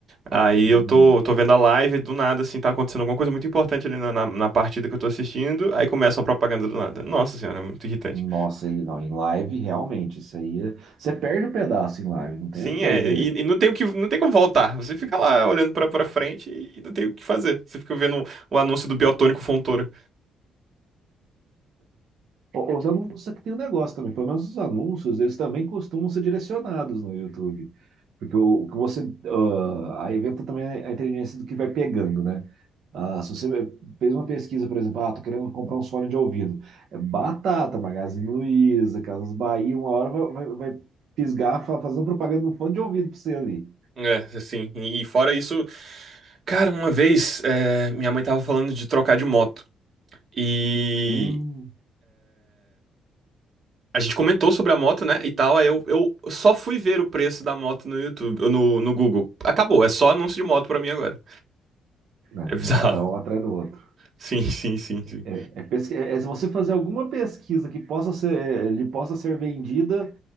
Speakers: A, on the right (about 45°); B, on the right (about 70°).
A: Aí
B: Hum,
A: eu tô, tô vendo a live, do nada, assim, tá acontecendo alguma coisa muito importante ali na, na, na partida que eu tô assistindo, aí começa uma propaganda do nada. Nossa senhora, é muito irritante.
B: Nossa, e não, em live realmente, isso aí. é- Você perde o pedaço em live, não tem
A: Sim,
B: o que fazer.
A: é, e, e não tem o que, não tem como voltar. Você fica lá olhando pra, pra frente e não tem o que fazer. Você fica vendo o anúncio do Biotônico Fontoura.
B: O- Os anúncios aqui tem um negócio também, pelo menos os anúncios, eles também costumam ser direcionados no YouTube. Porque o, o que você. ah, aí entra também a inteligência do que vai pegando, né? Ah, se você fez uma pesquisa, por exemplo, ah, tô querendo comprar um fone de ouvido. É Batata, Magazine Luiza, Casas Bahia, uma hora vai, vai, vai fisgar fa- fazendo propaganda de um fone de ouvido pra você ali.
A: É, assim, e, e fora isso, cara, uma vez, é, minha mãe tava falando de trocar de moto. E.
B: Hum,
A: A gente comentou sobre a moto, né, e tal, aí eu, eu só fui ver o preço da moto no YouTube, no, no Google. Acabou, é só anúncio de moto pra mim agora.
B: né,
A: É bizarro.
B: é, um, é um
A: <laughs>
B: atrás do outro.
A: Sim, sim, sim, sim.
B: É, é pesqui- é- é se você fazer alguma pesquisa que possa ser, é, lhe possa ser vendida